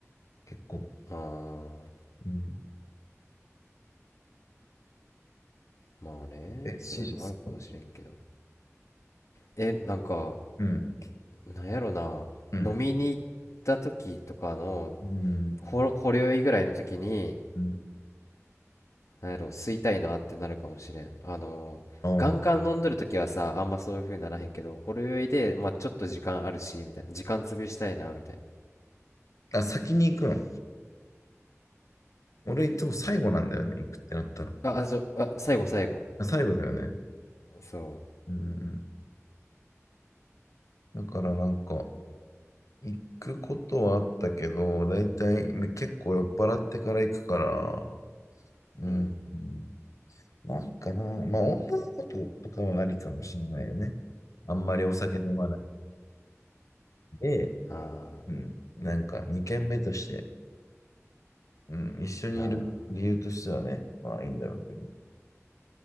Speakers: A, on the left (about 85°); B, on the left (about 65°).
A: 結構。
B: ああ。
A: うん。
B: まあね。
A: え、
B: そういうのもあるかもしれんけど。
A: C 社好ス。
B: え、なんか、
A: うん。
B: なんやろな飲みに行った時とかの
A: うん。うん。
B: ほほろ酔いぐらいの時に
A: うん。
B: なんやろ吸いたいなってなるかもしれんあのガンガン飲んどる時はさあんまそういう風にならへんけどほろ酔いでまあちょっと時間あるしみたいな時間潰したいなみたい
A: おーあ、先に行くの。俺いつも最後なんだよね。行くってなったら。
B: なああそうあ最後最後
A: あ最後だよね。
B: そ
A: うんうんうん。だからなんか、行くことはあったけど、だいたいね結構酔っ払ってから行くから、うん。
B: ううん
A: うんなんかな、まあ女の子と、とかはありかもしんないよね。あんまりお酒飲まないで、
B: あ
A: うん。なんか2軒目として、うん。一緒にいる理由としてはね、
B: ーあー
A: まあいいんだろうけど、